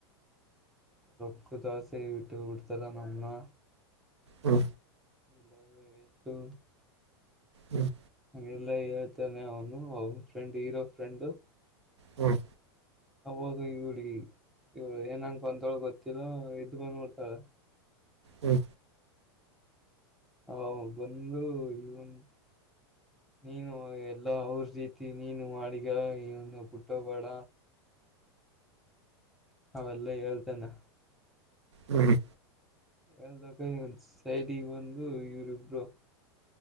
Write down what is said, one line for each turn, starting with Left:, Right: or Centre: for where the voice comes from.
Centre: ರೊಕ್ಕು ದಾಸೆ ಇಟ್ಟು ಉಡ್ತಾರ ನಮ್ಮನ್ನ
Right: ಹ್ಮ
Centre: ಇಲ್ಲ ವೇಸ್ತು
Right: ಹ್ಮ್
Centre: ಹಗೆಲ್ಲ ಹೇಳ್ತಾನೆ ಅವನು ಅವನ ಫ್ರೆಂಡ್ ಇರೋ ಫ್ರೆಂಡು
Right: ಹ್ಮ್
Centre: ಹೋಗ ಇವಳಿ ಇವ್ಳು ಏನಂಗಂತೋಳ ಗೊತ್ತಿಲ್ಲ ಇದ್ದ್ ಬಂದ್ಬಡ್ತಾಳ
Right: ಹ್ಮ
Centre: ಹ ಬಂದು ಇವನ್ ನೀನು ಎಲ್ಲಾ ಅವ್ರ ರೀತಿ ನೀನು ಮಾಡಗ ಈಂದು ಪುಟ್ಟ ಬೇಡ ಅವೆಲ್ಲ ಹೇಳ್ತೇನೆ
Right: ಹ್ಮ
Centre: ಎಲ್ದಕ ಒಂದ ಸೈಡ್ಗೆ ಬಂದು ಇವರಿಬ್ರು